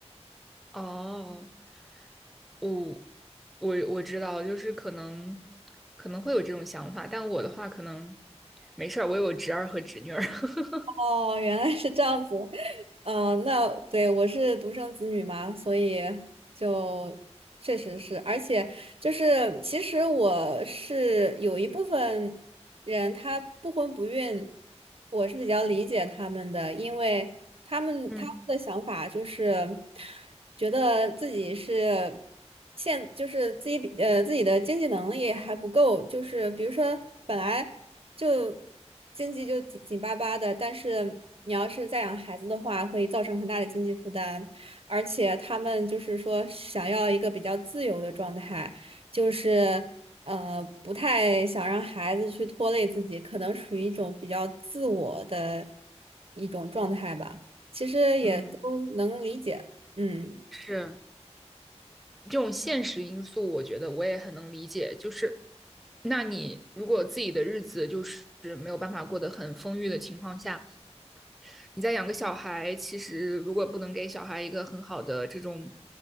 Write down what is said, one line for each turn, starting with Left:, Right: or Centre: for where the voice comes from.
Centre: 哦，我我我知道，就是可能可能会有这种想法，但我的话可能没事儿，我有侄儿和侄女儿。<laughs>
Right: 哦，原来是这样子。嗯、那对，我是独生子女嘛，所以就确实是，而且就是其实我是有一部分人他不婚不孕，我是比较理解他们的，因为。他们他们的想法就是
Centre: 嗯
Right: 觉得自己是现就是自己比呃自己的经济能力还不够，就是比如说本来就经济就紧紧巴巴的，但是你要是再养孩子的话，会造成很大的经济负担，而且他们就是说想要一个比较自由的状态，就是呃不太想让孩子去拖累自己，可能属于一种比较自我的一种状态吧。也都能理解。
Centre: 嗯，
Right: 嗯，
Centre: 是这种现实因素，我觉得我也很能理解。就是，那你如果自己的日子就是没有办法过得很丰裕的情况下，你再养个小孩，其实如果不能给小孩一个很好的这种